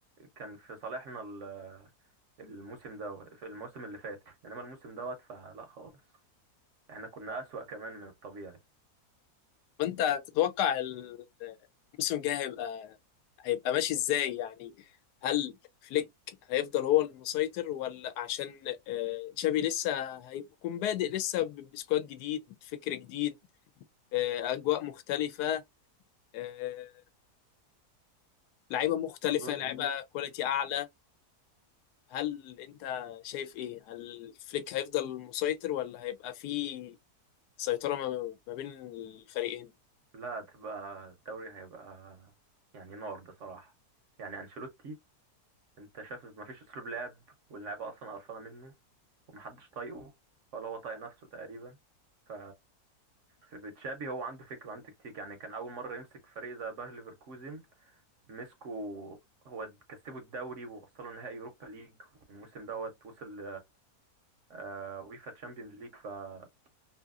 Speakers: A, on the right; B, on the left.
A: كان في صالحنا ال- الموسم ده في الموسم اللي فات انما الموسم دوت فلا خالص احنا كنا اسوأ كمان من الطبيعي
B: وانت تتوقع ال- الموسم الجاي هيبقى هيبقى ماشي ازاي يعني هل فليك هيفضل هو المسيطر ولا عشان آه، تشابي لسه هيكون بادئ لسه ب- بسكواد جديد فكر جديد آه، اجواء مختلفة آه، لعيبة مختلفة
A: اظن
B: لعيبة كواليتي اعلى هل انت شايف ايه هل فليك هيفضل المسيطر ولا هيبقى في سيطرة ما ما بين الفريقين
A: لا هتبقى الدوري هيبقى يعني نار بصراحه يعني انشيلوتي انت شايف مفيش اسلوب لعب واللعيبه اصلا قرفانه منه ومحدش طايقه ولا هو طايق نفسه تقريبا ف في بتشابي هو عنده فكرة وعنده تكتيك يعني كان أول مرة يمسك فريق زي باير ليفركوزن مسكه هو كسبه الدوري ووصله نهائي يوروبا ليج والموسم دوت وصل آه ويفا تشامبيونز ليج فهو